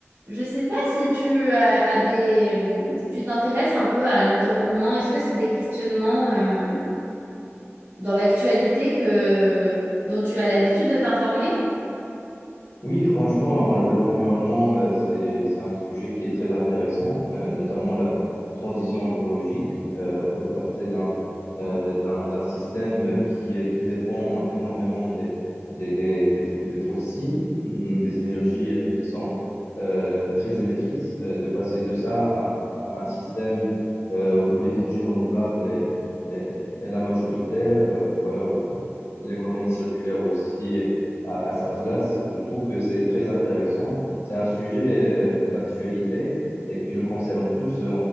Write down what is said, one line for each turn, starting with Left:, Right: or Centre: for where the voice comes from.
Right: Je sais pas si tu as, as des, mm, tu t'intéresses un peu à l'environnement. Est-ce que c'est des questionnements euh, dans l'actualité que dont tu as l'habitude de t'informer?
Left: Oui, franchement, l'environnement, euh, c'est, c'est un sujet qui est très intéressant, euh, notamment la transition écologique, euh, pour passer d'un euh, d'un, d'un système qui, qui dépend énormément des, des, des, des, fo- des fossiles, hum, des énergies euh, qui sont euh, très émettrices, euh, de passer de ça à, à un système euh, où l'énergie renouvelable est, est- est la majoritaire, euh, voilà, où l'économie circulaire aussi à, à sa place. Je trouve que c'est très intéressant. C'est un sujet euh, d'actualité et qui nous concerne tous en,